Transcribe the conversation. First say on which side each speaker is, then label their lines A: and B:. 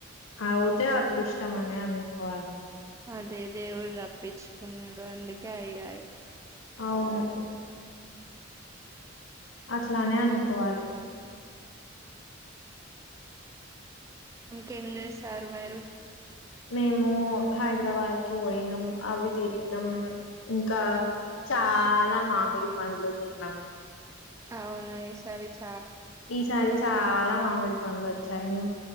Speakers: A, on the left; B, on the right.
A: అవుతే అదృష్టమనే అనుకోవాలి.
B: అదే దేవుడు రప్పించుకున్నడు అందుకే అయ్యాయి.
A: అవును అట్లానే
B: ఇంకా
A: అనుకోవాలి.
B: ఇంకేం చేశారు మీరు
A: మేము హైదరాబాద్ పోయినం అవి తిరిగినం ఇంకా. చాలా మామిడి పండ్లు తిన్నాం
B: అవును ఈ సారి చ
A: ఈసారి చాలా మామిడి పండ్లు వచ్చాయి మే